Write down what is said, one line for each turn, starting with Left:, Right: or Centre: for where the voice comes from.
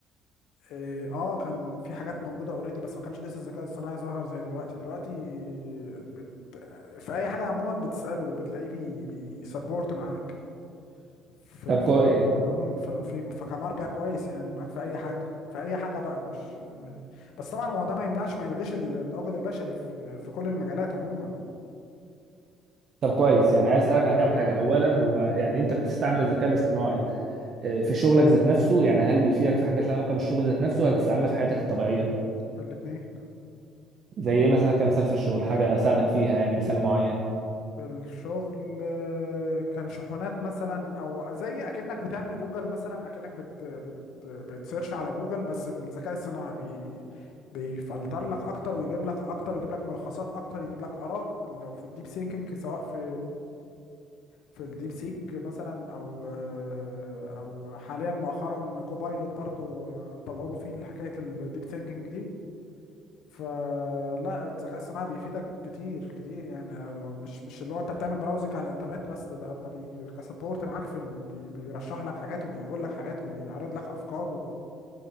Left: إيه، اه كان في حاجات موجوده اوريدي بس ما كانش لسه الذكاء الصناعي ظهر زي دلوقتي دلوقتي بت... في اي حاجه عموما بتساله بتلاقيه بي... بيسبورت معاك ف...
Right: طب
Left: ف...
Right: كويس
Left: أم، ففي فكمرجع كويس يعني معاك في اي حاجه في اي حاجه بقى مش بس طبعا هو ده ما يمنعش ما يلغيش التواجد البشري في في كل المجالات عموما
Right: طب كويس يعني عايز اسالك على كام حاجه اولا هو يعني انت بتستعمل
Left: اتفضل
Right: الذكاء الاصطناعي آه، في شغلك ذات نفسه يعني هل بيفيدك في حاجات لها علاقه بالشغل ذات نفسه ولا بتستعملها في حياتك الطبيعيه
Left: في الاثنين
Right: زي ايه مثلا كمثال في الشغل حاجه ساعدك فيها يعني مثال معين
Left: في الشغل آه، كان شحونات مثلا او زي اكنك بتعمل جوجل مثلا اكنك بت بت بتسيرش على جوجل بس بالذكاء الصناعي بي بيفلتر لك اكتر ويجيب لك اكتر ويجيب لك ملخصات اكتر يجيب لك اراء لو في الديب سينكينج سواء في في الديب سيك مثلا او آه، او حاليا مؤخرا كوبايلوت برضو آه، طوروا فيه حكايه الديب سينكينج دي فلا الذكاء الصناعي بيفيدك كتير كتير يعني مش مش اللي هو انت بتعمل براوزنج على الانترنت بس ده ده, ده بي كسبورت معاك في ال... بي بيرشح لك حاجات وبيقول لك حاجات وبيعرض لك افكار وبي...